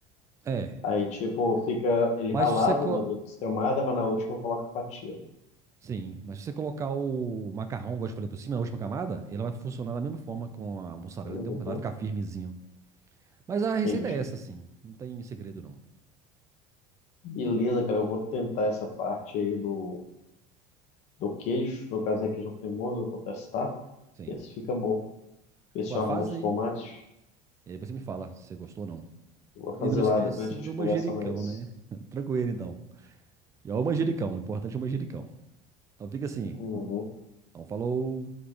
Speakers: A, on the right (about 20°); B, on the left (about 45°).
A: É.
B: Aí, tipo, fica ele
A: Mas
B: ralado
A: se você. co-
B: nas outras camadas, mas na última coloca fatia.
A: Sim, mas se você colocar o macarrão, igual eu te falei, por cima, na última camada, ele vai funcionar da mesma forma com a mussarela,
B: Uhum,
A: entendeu? Ela vai ficar firmezinha. Mas a receita
B: entendi.
A: é essa, sim. Não tem segredo, não.
B: Beleza, cara, eu vou tentar essa parte aí do, do queijo. No caso é queijo cremoso, eu vou testar.
A: Sim.
B: Ver se fica bom. Ver se
A: Ué,
B: eu
A: faz
B: arrumo os
A: aí.
B: tomates.
A: E aí depois você me fala se você gostou ou não.
B: Eu Vou fazer
A: E não esquece
B: lá, depois a gente
A: do
B: conversa
A: manjericão,
B: mais.
A: né? <laughs> Tranquilo, então. E ó, o manjericão. O importante é o manjericão. Então fica assim.
B: Uhum.
A: Então falou.